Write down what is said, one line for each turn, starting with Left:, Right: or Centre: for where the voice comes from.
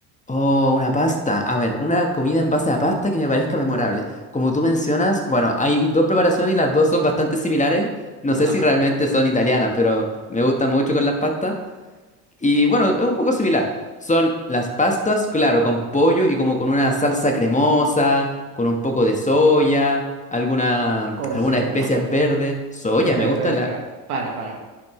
Left: Oh, una pasta. A ver, una comida en base a pasta que me parezca memorable. Como tú mencionas, bueno, hay dos preparaciones y las dos son bastante similares. No sé
Right: Ajá.
Left: si realmente son italianas, pero me gusta mucho con las pastas. Y bueno, es un poco similar. Son las pastas, claro, con pollo y como con una salsa cremosa, con un poco de soya, alguna,
Right: ¿Con
Left: algunas
Right: soya?
Left: especias verdes. Soya,
Right: Espera,
Left: me gusta
Right: espera, espera.
Left: la...
Right: Para, para.